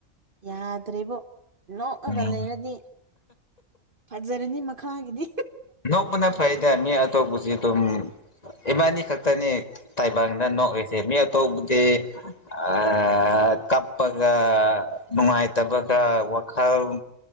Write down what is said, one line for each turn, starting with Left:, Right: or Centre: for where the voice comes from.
Right: ꯌꯥꯗ꯭ꯔꯦꯕꯣ ꯅꯣꯛꯑꯒ
Left: ꯎꯝ
Right: ꯂꯩꯔꯗꯤ ꯐꯖꯔꯅꯤ ꯃꯈꯥꯒꯤꯗꯤ
Left: ꯅꯧꯕꯅ ꯐꯩꯗ ꯃꯤ ꯑꯇꯣꯞꯄꯁꯤ ꯑꯗꯨꯝ ꯏꯕꯥꯥꯅꯤ ꯈꯛꯇꯅꯤ ꯇꯥꯏꯕꯪꯅ ꯅꯣꯛꯏꯁꯦ ꯃꯤ ꯑꯇꯣꯞꯄꯗꯤ ꯑꯥꯥ ꯀꯞꯄꯒ ꯅꯨꯡꯉꯥꯏꯇꯕꯒ ꯋꯥꯈꯜ